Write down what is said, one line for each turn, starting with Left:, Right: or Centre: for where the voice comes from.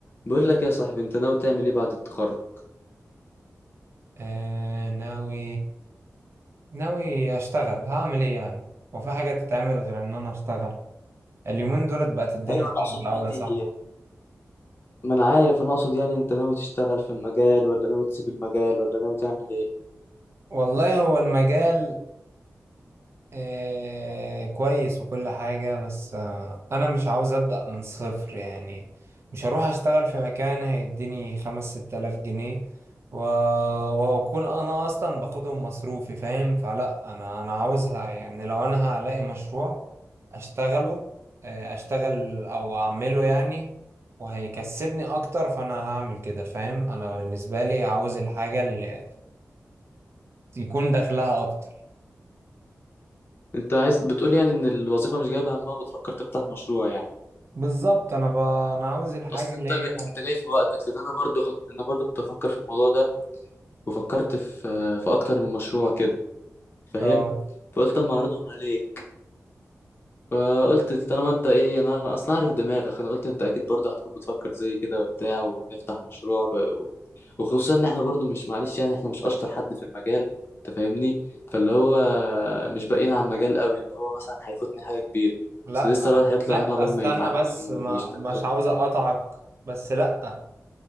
Left: بقول لك يا صاحبي انت ناوي تعمل ايه بعد التخرج
Right: آه ناوي ناوي اشتغل هعمل ايه يعني هو في حاجة تتعمل غير ان انا اشتغل اليومين دولت بقت الدنيا
Left: ايوه
Right: صعبة
Left: انا اقصد
Right: اوي
Left: يعني
Right: يا صاحبي
Left: ما انا عارف انا اقصد يعني انت ناوي تشتغل في المجال ولا ناوي تسيب المجال ولا ناوي تعمل ايه
Right: والله هو المجال آه كويس وكل حاجة بس آه أنا مش عاوز أبدأ من صفر يعني مش هروح أشتغل في مكان هيديني خمس ست آلاف جنيه و... وأكون أنا أصلا باخدهم مصروفي فاهم فلا أنا أنا عاوزها يعني لو أنا هلاقي مشروع أشتغله آه أشتغل أو أعمله يعني وهيكسبني أكتر فأنا هعمل كده فاهم أنا بالنسبة لي عاوز الحاجة اللي يكون دخلها أكتر
Left: انت عايز بتقول يعني ان الوظيفه مش جايبه همها وبتفكر تفتح مشروع يعني
Right: بالظبط انا ب... انا عاوز الحاجه
Left: اصل
Right: اللي
Left: انت
Right: هي
Left: جاي... انت جاي في وقتك لان انا برضو خ... انا برضو كنت افكر في الموضوع ده وفكرت في في اكتر من مشروع كده فاهم
Right: اه
Left: فقلت اما اعرضهم عليك فقلت طالما انت ايه انا اصلا عارف دماغك انا قلت انت اكيد برضه هتكون بتفكر زي كده وبتاع ونفتح مشروع بقى و- وخصوصا ان احنا برضه مش معلش يعني احنا مش اشطر حد في المجال انت فاهمني فاللي هو مش باقيين على المجال قوي اللي هو مثلا هيفوتني حاجه كبيره
Right: لا
Left: اصل لسه الواحد هيطلع
Right: لا
Left: عينه عقبال
Right: استنى
Left: ما يتعلم
Right: بس
Left: ويشتغل
Right: ما مش عاوز
Left: وبتاع
Right: اقطعك بس لا